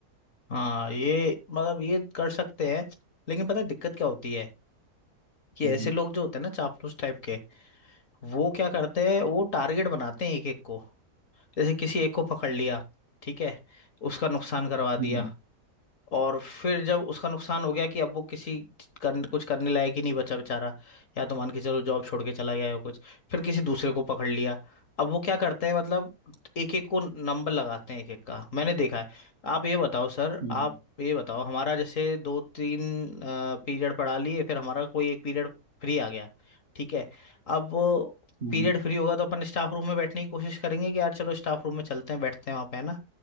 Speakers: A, on the left; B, on the right.
A: हाँ ये मतलब ये कर सकते हैं लेकिन पता है दिक्कत क्या होती है कि
B: हम्म
A: ऐसे लोग जो होते हैं ना चापलूस टाइप के वो क्या करते हैं वो टारगेट बनाते हैं एक एक को जैसे किसी एक को पकड़ लिया ठीक है उसका नुकसान करवा दिया
B: हम्म
A: और फिर जब उसका नुकसान हो गया कि अब वो किसी करने कुछ करने लायक ही नहीं बचा बेचारा या तो मान के चलो जॉब छोड़ के चला गया या कुछ फिर किसी दूसरे को पकड़ लिया अब वो क्या करते हैं मतलब एक एक को नंबर लगाते हैं एक एक का मैंने देखा है आप ये बताओ सर
B: हम्म
A: आप ये बताओ हमारा जैसे दो तीन पीरियड पढ़ा लिए फिर हमारा कोई एक पीरियड फ्री आ गया ठीक है अब वो
B: हम्म
A: पीरियड फ्री होगा तो अपन स्टाफ रूम में बैठने की कोशिश करेंगे कि यार चलो स्टाफ रूम में चलते हैं बैठते हैं वहाँ पे है ना